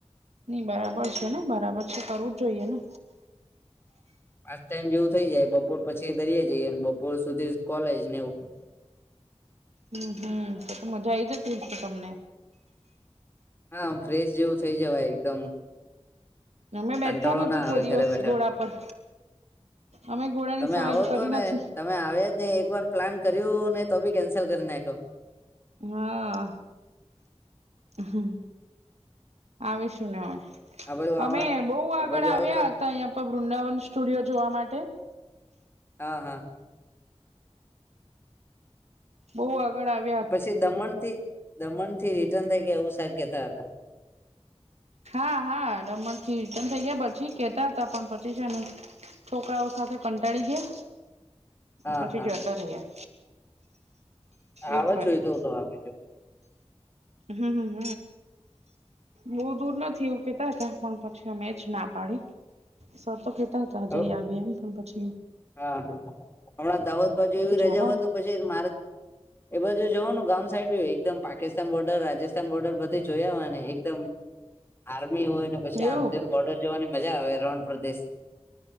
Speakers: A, on the right; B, on the left.
A: નઈ બરાબર છે ને બરાબર છે કરવું જ જોઈએ ને
B: પાર્ટ ટાઈમ જેવું થઈ જાય બપોર પછી દરિયે જઈએને બપોર સુધી કોલેજ ને એવ
A: હમ્મ હમ્મ તો તો મજા આ આવી જતી હસે તમને
B: હામ ફ્રેશ જેવું થઇ જવાય એકદમ
A: અમે બેઠા
B: કંટાળો
A: નથી
B: ના
A: કોઈ
B: આવે
A: દિવસ
B: ઘરે બેઠા
A: ઘોડા પર અમે ઘોડાની
B: તમે
A: સવારી
B: આવો
A: કરી
B: તો ને
A: નથી
B: તમે આવ્યા જ નાઈ ને એક વાર પ્લાન કર્યું ને તો બી કેન્સલ કરી નાખ્યો
A: હા હમ્મ આવીશુંને હવે
B: આ બાજુ આવા
A: અમે બહુ
B: આ
A: આગળ
B: બાજુ
A: આવ્યા
B: આવો તો
A: હતા અહીં પર વૃંદાવન સ્ટુડિયો જોવા માટે
B: હા હા
A: બહુ આગળ આવે
B: પછી દમણ થી દમણ થી રિટર્ન થઈ ગયા એવું સાહેબ કેતા હતા
A: હા હા ડમણ થી રિટર્ન થઇ ગયા પછી કેતા હતા પણ પછી છે ને છોકરાઓ સાથે કંટાળી ગયા
B: હા
A: પછી
B: હા
A: જતા રહ્યા
B: આવા
A: એવું કર્યું
B: જોઈતો તો આવે જો
A: હમ્મ. બહુ દૂર નથી એવું કેતા હતા પણ પછી મે જ ના પાડી. સર તો કેતા હતા
B: હવ
A: જઈ આવીએ એમ પણ પછી
B: હા હમણાં દાહોદ બાજુ એવી
A: ચાલો
B: રજાઓય તો પછી <unintelligible> મારે એ બાજુ જોવાનું ગામ સાઈડ બી એકદમ પાકિસ્તાન બોર્ડર રાજસ્થાન બોર્ડર બધી જોયા હોને એકદમ. આર્મી હોય ને પછી
A: એવું
B: આમ તો એમ બોર્ડર જોવાની મજા આવે રણપદેશ.